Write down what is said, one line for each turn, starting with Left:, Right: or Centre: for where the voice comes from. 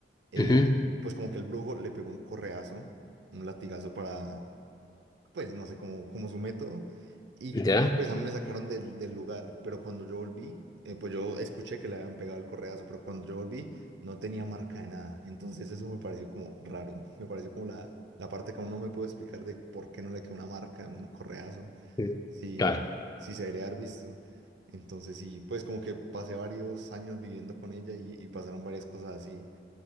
Right: eh,
Left: ujú,
Right: pues como que el brujo le pegó un correazo, un latigazo para, pues no sé, como, como su método, y
Left: Ya.
Right: pues a mí me sacaron del, del lugar, pero cuando yo volví, eh, pues yo escuché que le habían pegado el correazo, pero cuando yo volví no tenía marca de nada, entonces eso me pareció como raro, me pareció como la, la parte que aún no me puedo explicar de por qué no le quedó una marca, un correazo,
Left: Mm,
Right: si,
Left: Claro,
Right: si se debería haber visto. Entonces sí, pues como que pasé varios años viviendo con ella y, y pasaron varias cosas así.